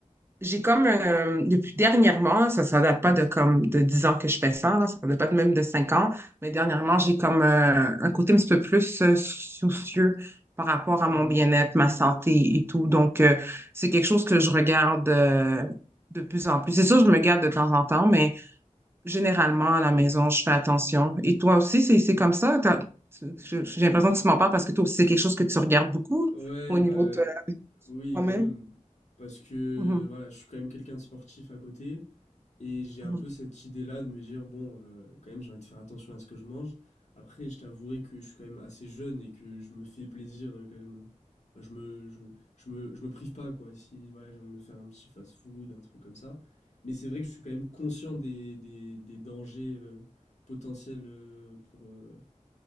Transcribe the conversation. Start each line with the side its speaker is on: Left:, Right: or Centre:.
Right: j'ai comme, euh, depuis dernièrement, ça, ça date pas de comme de 10 ans que je fais ça, là, ça date pas de- même de 5 ans, mais dernièrement, j'ai comme euh, un côté un petit peu plus euh, soucieux par rapport à
Left: Mhm.
Right: mon bien-être, ma santé et tout. Donc, euh, c'est quelque chose que je regarde euh, de plus en plus. C'est sûr, je me garde de temps en temps, mais généralement, à la maison, je fais attention. Et toi aussi, c'est, c'est comme ça? T'as- tu- je- J'ai l'impression que tu m'en parles parce que toi aussi, c'est quelque chose que tu regardes beaucoup
Left: Ouais,
Right: au niveau
Left: bah
Right: de
Left: oui,
Right: toi-même.
Left: quand même. Parce que
Right: Mhm,
Left: voilà, je suis quand même quelqu'un de sportif à côté. Et j'ai un
Right: mhm,
Left: peu cette idée-là de me dire, bon, euh, quand même, j'ai envie de faire attention à ce que je mange. Après, je t'avouerai que je suis quand même assez jeune et que je me fais plaisir euh, quand même. Enfin, je me, je, je me, je me prive pas, quoi. Si voilà, j'ai envie de me faire un petit fast-food, un truc comme ça. Mais c'est vrai que je suis quand même conscient des, des, des dangers euh, potentiels euh, pour, euh,